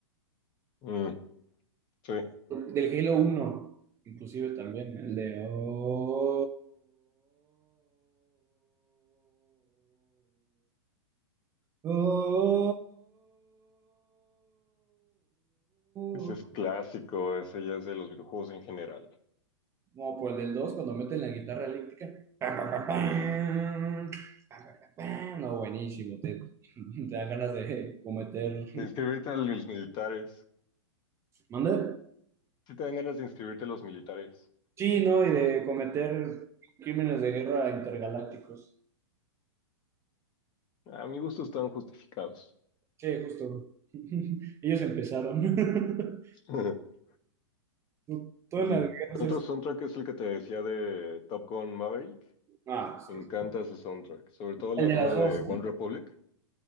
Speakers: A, on the left (about 30°); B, on the right (about 20°).
A: Mm, sí,
B: del Halo uno, inclusive también, el de... oh, oh, oh, oh,
A: ese
B: oh.
A: es clásico, ese ya es de los videojuegos en general.
B: No, pues el del 2 cuando meten la guitarra eléctrica. pam, pam, pam, pam, pam, pam, pam. pam. No, buenísimo, te, <laughs> te dan ganas de cometer...
A: De inscribirte a los militares.
B: ¿Mande?
A: Si te dan ganas de inscribirte a los militares.
B: Sí, ¿no? Y de cometer crímenes de guerra intergalácticos.
A: A mi gusto están justificados.
B: Sí, justo. <laughs> Ellos empezaron.
A: <laughs>
B: <laughs> Tú tú
A: El
B: en las guerras
A: Otro
B: es...
A: soundtrack es el que te decía de Top Gun Maverick.
B: Ah, es
A: Me
B: que
A: encanta
B: sí.
A: ese soundtrack. Sobre todo la
B: El de
A: rola
B: las
A: de
B: dos,
A: One
B: ¿no?
A: Republic.